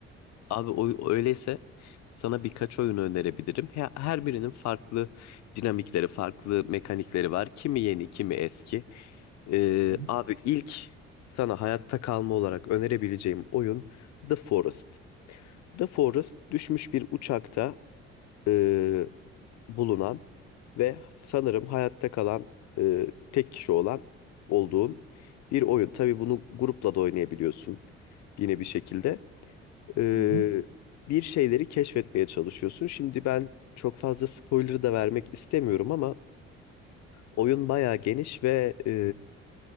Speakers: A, on the left (about 55°); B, on the right (about 85°).
A: Abi o, öyleyse sana birkaç oyun önerebilirim. He- Her birinin farklı dinamikleri, farklı mekanikleri var. Kimi yeni, kimi eski. Ee,
B: Hı
A: abi ilk sana hayatta kalma olarak önerebileceğim oyun The Forest. The Forest düşmüş bir uçakta ee, bulunan ve sanırım hayatta kalan e, tek kişi olan olduğun bir oyun. Tabii bunu grupla da oynayabiliyorsun yine bir şekilde. E,
B: hı. hı hı.
A: bir şeyleri keşfetmeye çalışıyorsun. Şimdi ben çok fazla spoiler da vermek istemiyorum ama oyun bayağı geniş ve e,